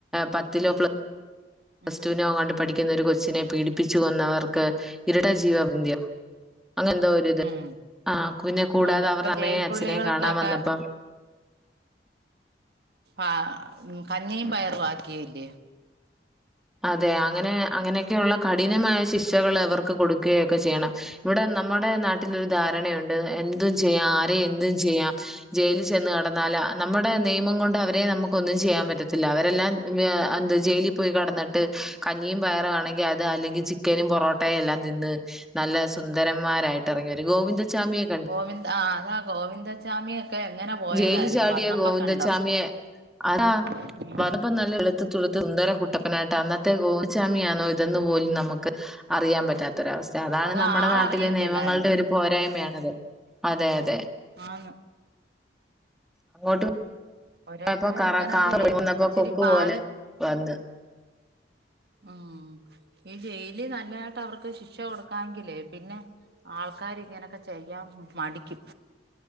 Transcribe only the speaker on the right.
ഉം
ഉം
ഉണ്ട് ഇപ്പൊ
ജയിൽ പുള്ളികൾക്കൊക്കെ
ആ കഞ്ഞിയും പയറും ആക്കിയില്ലെ.
ഉം
ഗോവിന്ദ ആ അതാ ഗോവിന്ദച്ചാമിയൊക്കെ എങ്ങനെ പോയതായിരുന്നു
വന്നപ്പോ
കണ്ടോ
ഉം
ഉം
അത്
ആളറിയത്തില്ലായിരുന്നു
ആന്ന്
ഒരോരുത്തരെ
അങ്ങനൊക്കയെ
ഇച്ചിരി
പാട്
ഉം ഈ ജയിലി നല്ലതായിട്ട് അവർക്ക് ശിക്ഷ കൊടുക്കാങ്കിലെ പിന്നെ ആൾ ആൾക്കാർ ഇങ്ങനൊക്കെ ചെയ്യാൻ മടിക്കും